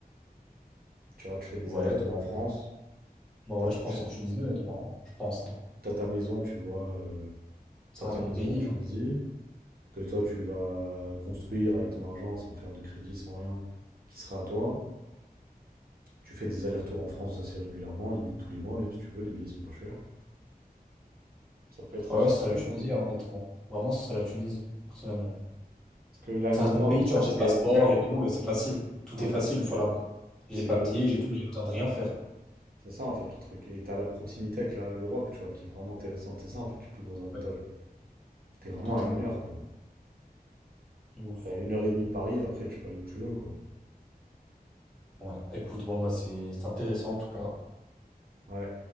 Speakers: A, on the right (about 65°); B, in the centre.
A: Tu vois, tu fais des
B: Ouais,
A: allers-retours
B: bah,
A: en France,
B: bah
A: t'as
B: ouais,
A: ton,
B: je pense
A: che-
B: en Tunisie, honnêtement. hein. Je pense, hein.
A: t'as ta maison, tu vois, euh,
B: Ça
A: t'as
B: reste
A: ta
B: mon
A: maison
B: pays,
A: en Tunisie,
B: hein.
A: que toi, tu vas construire avec ton argent sans faire de crédit, sans rien, qui sera à toi. Tu fais des allers-retours en France assez régulièrement, limite tous les mois, même si tu veux, les billets sont pas chers. Ça peut être
B: Ouais,
A: aussi
B: ouais, ce
A: un
B: serait la
A: truc,
B: Tunisie,
A: hein.
B: hein, honnêtement. Vraiment, ce serait la Tunisie, personnellement.
A: Parce que là, le
B: Ça reste
A: gros
B: mon pays,
A: avantage,
B: tu vois, j'ai
A: c'est
B: le passeport
A: euh,
B: et tout, euh, c'est facile. Tout
A: ouais,
B: est facile une fois là-bas. J'ai
A: c'est
B: les papiers, j'ai tout, j'ai besoin de rien faire.
A: C'est ça en fait le truc. Et t'as la proximité avec la- l'Europe, tu vois, qui est vraiment intéressante. C'est ça en fait le plus gros avantage.
B: Ouais,
A: T'es vraiment
B: totalement.
A: à une heure, quoi.
B: De ouf.
A: T'es à une heure et demie de Paris, après tu peux aller où tu veux, quoi.
B: Ouais, écoute, bon, bah, c'est c'est intéressant en tout cas.
A: Ouais.